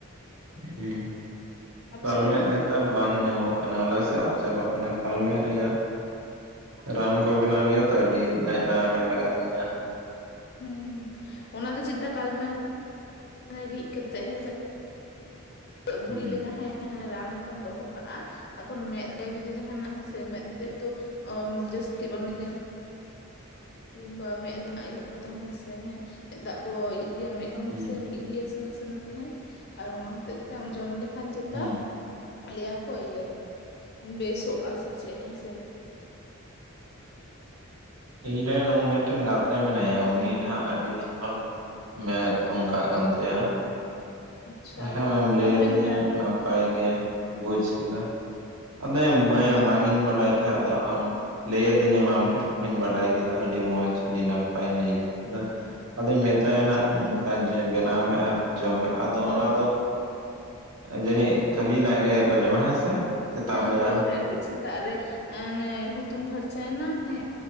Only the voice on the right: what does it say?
ᱦᱮ
ᱠᱟᱞᱢᱮᱫ
ᱱᱮᱛᱟᱨ
ᱵᱟᱝ ᱧᱟᱢᱚᱜ ᱠᱟᱱᱟ ᱟᱞᱮ ᱥᱮᱫ ᱟᱫ ᱪᱟᱵᱟᱜ ᱠᱟᱱᱟ ᱠᱟᱞᱢᱮᱜ ᱨᱮᱭᱟᱜ ᱨᱟᱱ ᱠᱚ ᱵᱮᱱᱟᱣ ᱜᱮᱭᱟ ᱛᱚ ᱟᱹᱰᱤ ᱜᱟᱡ ᱨᱟᱱ ᱨᱮ ᱞᱟᱜᱟᱜ ᱜᱮᱭᱟ᱾
ᱦᱩᱸ
ᱦᱩᱸ
ᱦᱩᱸ
ᱤᱧ ᱨᱮᱱ ᱢᱤᱫᱴᱮᱱ ᱜᱟᱛᱮ ᱢᱮᱱᱟᱭᱟ ᱩᱱᱤ ᱱᱟᱴᱟᱜ ᱟᱹᱰᱤ ᱫᱤᱱ ᱠᱷᱚᱱ ᱢᱮᱫ ᱚᱱᱠᱟᱜ ᱠᱟᱱ ᱛᱟᱭᱟ᱾
ᱛᱟᱦᱚᱞᱮ
ᱟᱢᱮᱢ ᱞᱟᱹᱭ
ᱟᱹᱫᱤᱧᱟ
ᱱᱟᱯᱟᱭ
ᱜᱮ ᱵᱩᱡᱽ ᱠᱮᱫᱟ᱾ ᱟᱫᱚ
ᱵᱟᱝ ᱤᱧ ᱵᱟᱰᱟᱭ ᱛᱟᱦᱮᱸᱜ ᱟᱫᱚ ᱟᱢ ᱞᱟᱹᱭ ᱟᱹᱫᱤᱧᱟᱢ ᱟᱢ ᱴᱷᱮᱱ ᱠᱷᱚᱱᱤᱧ ᱵᱟᱰᱟᱭ ᱠᱮᱫᱟ ᱟᱹᱰᱤ ᱢᱚᱸᱡᱽ ᱟᱹᱰᱤ ᱱᱟᱯᱟᱭᱤᱧ ᱟᱹᱭᱠᱟᱹᱣ ᱠᱮᱫᱟ ᱾ ᱟᱫᱚᱧ ᱢᱮᱛᱟᱭᱟ
ᱦᱟᱜ ᱱᱚᱝᱠᱟ ᱡᱮ ᱵᱮᱱᱟᱣ ᱢᱮ ᱟᱨ ᱡᱚᱢ ᱢᱮ ᱟᱫᱚ ᱚᱱᱟ ᱫᱚ ᱡᱟᱹᱱᱤᱡ ᱠᱷᱟᱹᱞᱤ ᱞᱟᱡ ᱨᱮ ᱠᱚ ᱡᱚᱢᱟ ᱦᱮᱸ ᱥᱮ ᱥᱮᱛᱟᱜ
ᱵᱮᱲᱟ